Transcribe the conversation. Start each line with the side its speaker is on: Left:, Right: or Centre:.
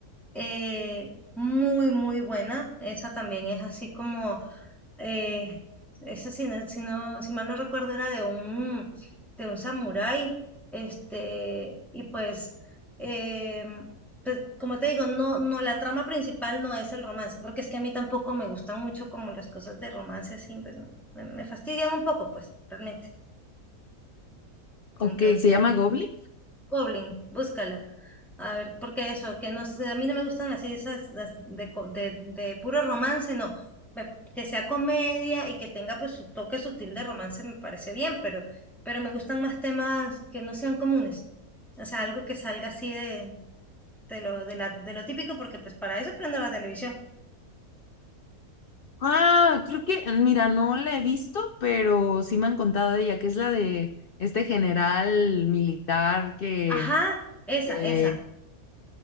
Centre: eh, muy, muy buena. Esa también es así como Eh, esa, si, no, si, no- si mal no recuerdo, era de un, de un samurái. Este, y pues, eh, pues, como te digo, no, no, la trama principal no es el romance, porque es que a mí tampoco me gustan mucho como las cosas de romance así, pues, me, me fastidian un poco, pues, realmente. Entonces,
Left: ok, ¿se llama Goblin?
Centre: Goblin, búscala. A ver, porque eso, que no, sé, a mí no me gustan así esas las de, co- de, de puro romance, no. Me- Que sea comedia y que tenga pues su toque sutil de romance me parece bien, pero, pero me gustan más temas que no sean comunes. O sea, algo que salga así de, de lo, de la, de lo típico, porque pues para eso prendo la televisión.
Left: Ah, creo que, mira, no la he visto, pero sí me han contado de ella, que es la de este general militar que,
Centre: Ajá, esa,
Left: eh,
Centre: esa.